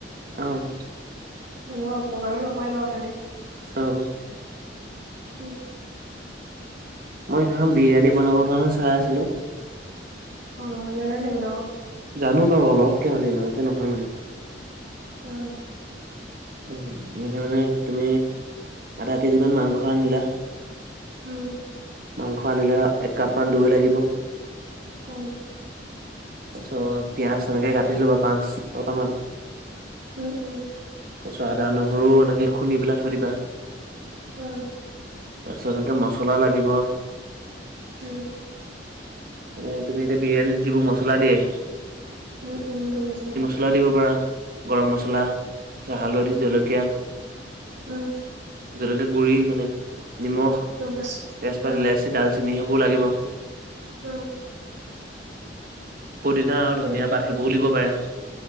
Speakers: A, on the right; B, on the right.
A: অ'।
B: অ', অপকাৰো নকৰে বাৰু খালে।
A: অ'।
B: উম।
A: মই সেইদিনাখন বিৰিয়ানী বনাবৰ কাৰণে চাই আছিলোঁ।
B: অ', জানানে বনাব?
A: জানো বাৰু অলপকে মানে ইমানকে নহয় মানে।
B: অ'।
A: উ এ মানে তুমি আধা কেজি মান মাংস আনিলা।
B: উম।
A: মাংস আনিলে এক কাপমান দৈ লাগিব।
B: উ।
A: তাৰপিছত পিঁয়াজ এনেকে কাটি দিলো বা পাঁচ ছটা মান।
B: উম, উম।
A: তাৰ পিছত আদা নহৰু এনেকে খুন্দি পেলাই থৈ দিবা।
B: উম।
A: তাৰপিছত তাতে মছলা লাগিব।
B: উম।
A: মানে তুমি এতিয়া বিৰিয়ানীত যিবোৰ মচলা দিয়ে।
B: উম, উম গামোছা।
A: মছলা দিব পৰা গৰম মছলা। তাৰ পিছত হালধি
B: উম
A: জলকীয়া,
B: উম
A: জলকীয়া গুড়ি মানে নিমখ তেজপাত
B: গম পাইছো অ
A: ইলাইচি ডালচেনি সেইবোৰও লাগিব।
B: উম।
A: পুদিনা আৰু
B: তাৰপিছত
A: ধনিয়া পাত সেইবোৰও দিব পাৰা।